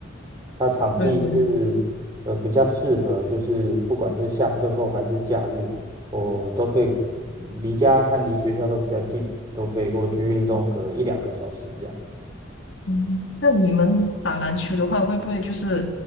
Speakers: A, on the right; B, on the left.
A: 它场地是呃比较适合，
B: 对对
A: 就是不管是下课后还是假日，我都可以离家和离学校都比较近，都可以过去运动个一两个小时这样。
B: 嗯，那你们打篮球的话，会不会就是